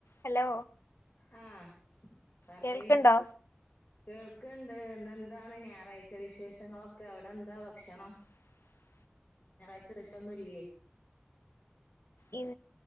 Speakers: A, on the left; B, on the left.
A: Hello
B: <inaudible> ആഹ് <unintelligible>
A: കേൾക്ക്ണ്ടോ
B: കേൾക്ക്ണ്ട് ന്ന് എന്താണ് ഞായറാഴ്ച വിശേഷങ്ങളൊക്കെ അവടെ ന്താ ഭക്ഷണം.
A: <unintelligible>
B: ഞായാഴ്ച <unintelligible> ഇല്ലേ.
A: ഇ